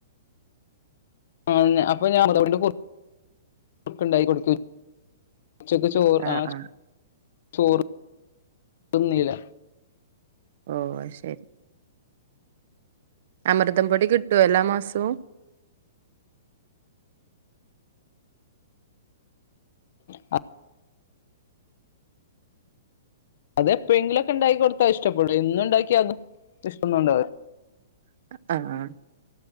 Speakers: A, on the left (about 55°); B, on the right (about 55°).
A: ആഹ അപ്പൊ ഞാൻതണ്ട് <inaudible> കൊക്കണ്ടായി കൊടുക്ക. ആഹ ഉച്ചക്ക് ചോറ്
B: ആഹ്
A: ആഹ
B: ആഹ്
A: <inaudible> ചോറ് തിന്നില്ല
B: ഓ അഹ് ശരി അമൃതം പൊടി കിട്ടോ എല്ലാ മാസവും
A: ആ അതെപ്പോഴെങ്കിലൊക്കെ ഉണ്ടാക്കി കൊടുത്താൽ ഇഷ്ടപ്പെടും എന്നുണ്ടാക്കിയാ അത് ഇഷ്ടംന്നുണ്ടാവില്ല..
B: ആഹ